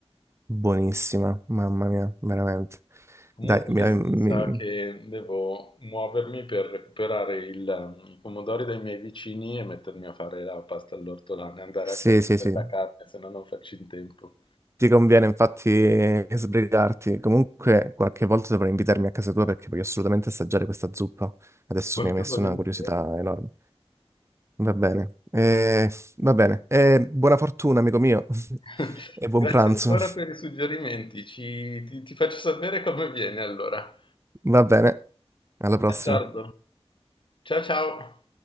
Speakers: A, on the right (about 25°); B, on the left (about 50°).
A: Buonissima, mamma mia, veramente.
B: Comunque
A: Dai, mi-
B: adesso
A: mi-
B: mi sa che devo muovermi per recuperare il- um, i pomodori dai miei vicini e mettermi a fare la pasta all'ortolano e andare
A: sì,
B: anche a prendere
A: sì, sì.
B: la carne, se no non faccio in tempo.
A: Ti conviene infatti sbrigarti. Comunque, qualche volta dovrai invitarmi a casa tua perché voglio assolutamente assaggiare questa zuppa. Adesso
B: Molto
A: mi hai messo
B: volentieri.
A: una curiosità enorme. Va bene, Eh, va bene. Eh, buona fortuna, amico mio, <laughs>
B: <laughs>
A: e buon
B: Grazie
A: pranzo.
B: ancora per i suggerimenti, ci- ti ti faccio sapere come viene allora.
A: Va bene, alla prossima.
B: D'accordo. Ciao ciao.